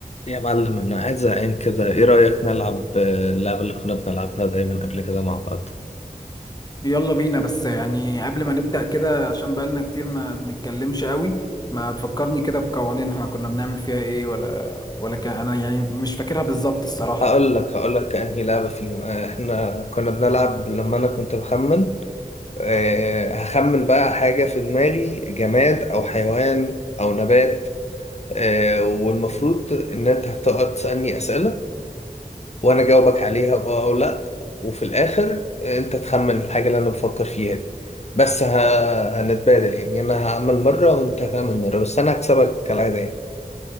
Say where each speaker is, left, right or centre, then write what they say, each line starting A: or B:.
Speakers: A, on the left (about 45°); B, on the left (about 25°).
A: يا معلم انا قاعد زهقان كده ايه رأيك نلعب آه، اللعبة اللي كنا بنلعبها دايما قبل كده مع بعض
B: يلا بينا بس يعني قبل ما نبدأ كده عشان بقالنا كتير ما بنتكلمش قوي ما تفكرني كده بقوانينها كنا بنعمل فيها ايه ولا ولا كان انا يعني مش فاكرها بالظبط الصراحة
A: هقول لك هقول لك انهي لعبة فيهم آه، احنا كنا بنلعب لما انا كنت بخمن آه، هخمن بقى حاجة في دماغي جماد او حيوان او نبات آه، والمفروض ان انت هتقعد تسألني أسئلة وانا اجاوبك عليها بقى او لا وفي الاخر انت تخمن الحاجه اللي انا بفكر فيها دي بس ه... هنتبادل يعني انا هعمل مره وانت هتعمل مره بس انا هكسبك كالعاده يعني